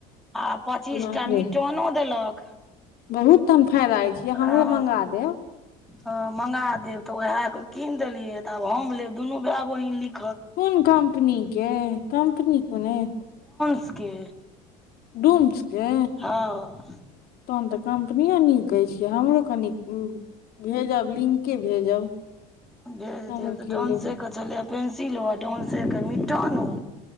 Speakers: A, in the centre; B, on the left.
A: आ पच्चीसटा
B: बाप रे
A: मिटोनो देलक।
B: बहुत तहन फायदा अछि ए हमरो
A: आ
B: मंगा देब।
A: हँ मँंगा देब तऽ उएहके कीन देलियै तऽ आब हम लेब दुनू भाय बहिन लिख
B: कोन कम्पनी के कम्पनी कोन अइ?
A: स्के
B: डुम्स के
A: हँ
B: तहन तऽ कम्पनिय नीक अछि। हमरो कनि भेजब लिंके भेजब।
A: भेज
B: हमहूँ
A: देब त
B: कीन
A: डॉन्से
B: लेब
A: के छलैया पेंसिलो आ डाॅन्से के मिटानो।